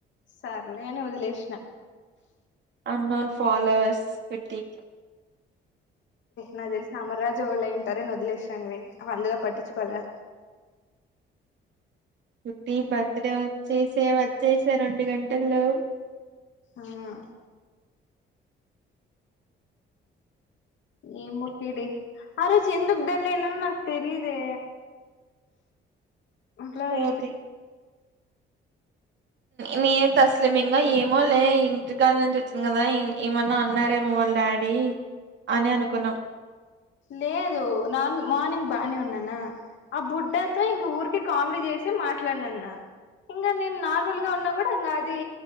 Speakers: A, on the left; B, on the right.
A: సర్లే అని వదిలేసిన
B: అన్నోన్ ఫాాలోవర్స్ పెట్టి
A: నాకు తెలిసిన అమర రాజు వాళ్ళు ఏంటారని వదిలేసాను అ అందులో పట్టించుకోలే
B: ఫిఫ్టీ బర్త్డే వచ్చేసేవచ్చేస రెండు గంటల్లో
A: అవును ఏ ముటిడి ఆ రోజు ఎందుకు డల్ అయినం నాకు తెలియదే మల
B: సోది
A: ఈతే
B: మిది అంతస్తు అసలు మింగా ఏమో లే ఇంటికాడి నుంచి వచ్చింది కదా ఏమన్నా అన్నారేమో వాళ్ళ డాడీ అని అనుకున్నాం
A: లేదు నేను మార్నింగ్ బానే ఉన్నా నాన్న ఆ బుడ్డతో ఇంక ఊరికే కామెడీ చేసి మాట్లాడినన్న ఇంకా నేను నార్మల్ గా ఉన్నా కూడా ఇంకా అది